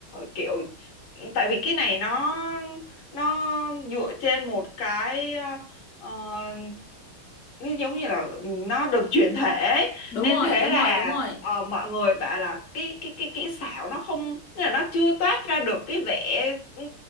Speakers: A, on the left; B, on the left.
A: kiểu tại vì cái này nó nó dựa trên một cái ờ, ờ, nó giống như là nó được chuyển thể ấy.
B: đúng
A: nên
B: rồi,
A: thế
B: đúng
A: là
B: rồi, đúng rồi.
A: ờ, mọi người bảo là cái cái cái kỹ xảo nó không nghĩa là nó chưa toát ra được cái vẻ ừ,